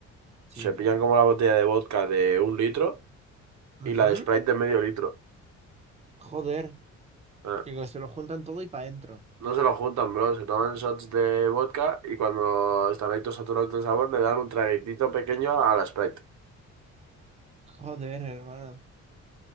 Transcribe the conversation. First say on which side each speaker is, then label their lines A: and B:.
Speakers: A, on the right; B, on the right.
A: Sí,
B: se
A: pero...
B: pillan como la botella
A: bueno,
B: de vodka de un litro
A: Ujú.
B: y la de Sprite de medio litro.
A: Joder.
B: Ah,
A: Digo, se lo juntan todo y para adentro.
B: No se lo juntan, bro. Se toman shots de vodka y cuando están ahí todos saturados de sabor le dan un traguitito pequeño a la Sprite.
A: Joder, hermano.